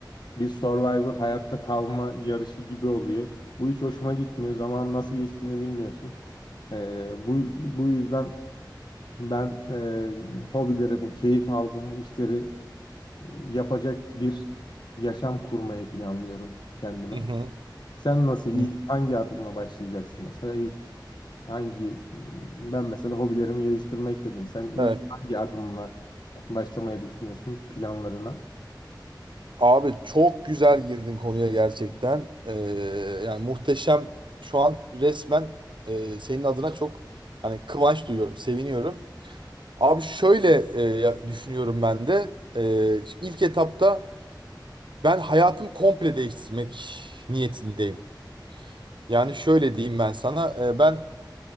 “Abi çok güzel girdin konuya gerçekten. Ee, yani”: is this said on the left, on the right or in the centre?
Right